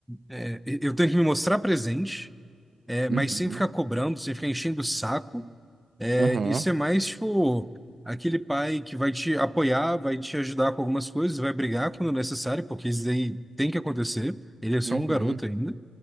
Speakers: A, in the centre; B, on the right (about 55°).
A: é, eu tenho que me mostrar presente É, mas
B: Uhum,
A: sem ficar cobrando, sem ficar enchendo o saco. É,
B: uhum,
A: e ser mais, tipo, aquele pai que vai te apoiar, vai te ajudar com algumas coisas, vai brigar quando necessário, porque isso daí tem que acontecer. Ele é só
B: uhum,
A: um garoto ainda.